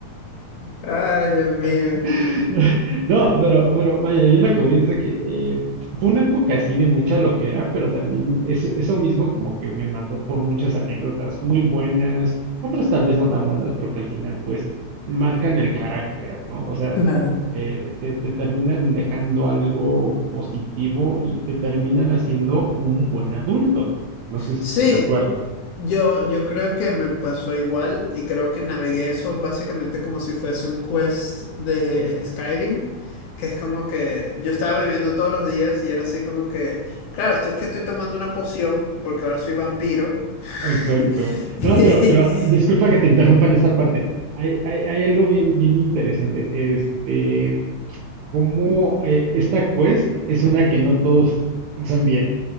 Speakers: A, on the left; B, on the right.
A: Ay, Dios mío.
B: <laughs> No, pero, pero vaya, yo lo que voy es de que eh, fue una época así de mucha loquera, pero también eso, eso mismo como que me mandó por muchas anécdotas muy buenas, otras tal vez no tan buenas, pero que al final pues marcan el carácter, ¿no? O sea,
A: Claro.
B: eh, te, te terminan dejando algo positivo y te terminan haciendo un buen adulto. No sé si
A: Sí.
B: estás de acuerdo.
A: Yo, yo creo que me pasó igual y creo que navegué eso básicamente como si fuese un quest de Skyrim, que es como que yo estaba bebiendo todos los días y era así como que, claro, esto es que estoy tomando una poción porque ahora soy vampiro. <laughs>
B: Exacto. No, pero, pero disculpa que te interrumpa en esta parte. Hay, hay, hay algo bien, bien interesante. Este, cómo eh, esta quest es una que no todos pasan bien.